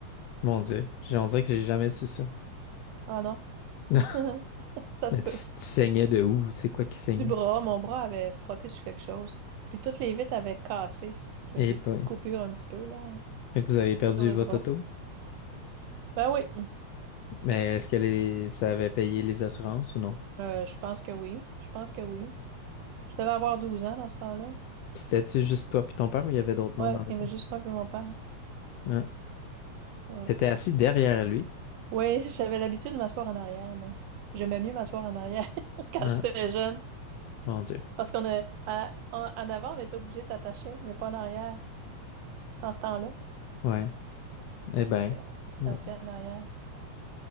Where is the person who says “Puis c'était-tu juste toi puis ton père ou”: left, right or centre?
Left